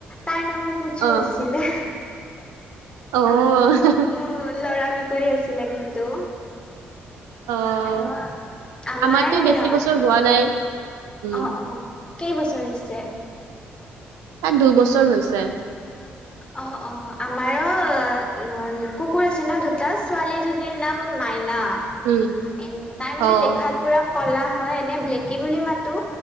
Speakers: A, on the left; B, on the right.
A: তাৰ নামত পুচু
B: অ'
A: আছিলে।
B: অ'।
A: উম, ল'ৰা মেকুৰী আছিলে কিন্তু।
B: অ'
A: আৰু, আমাৰ
B: আমাৰতো বেছি বছৰ হোৱা নাই। উম
A: অ' অ' কেই বছৰ হৈছে?
B: তাৰ দুইবছৰ হৈছে।
A: অ' অ' আমাৰো ন কুকুৰ আছে দুটা, ছোৱালী জনীৰ নাম মাইনা।
B: উম
A: এ তাই মানে
B: অ'
A: দেখাত পুৰা কলা হয়, এনে ব্লেকি বুলি মাতো।